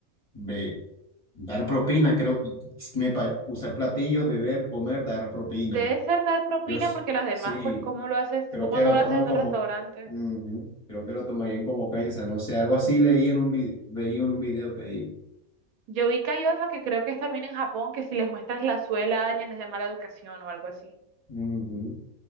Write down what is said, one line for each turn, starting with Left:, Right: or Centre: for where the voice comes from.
Left: B. Dar propina, creo. Me pare- usar platillos, beber, comer, dar propina.
Right: Debe ser dar propina
Left: Yo s-
Right: porque las demás,
Left: sí,
Right: pues, ¿cómo lo haces?
Left: creo
Right: ¿Cómo
Left: que
Right: no
Left: lo
Right: lo
Left: toman
Right: haces en
Left: como.
Right: un restaurante?
Left: ujú, creo que lo tomarían como ofensa. No sé, algo así leí en un video, veía en un video que digo.
Right: Yo vi que hay otra que creo que es también en Japón, que si les muestras la suela a alguien es de mala educación o algo así.
Left: ujú,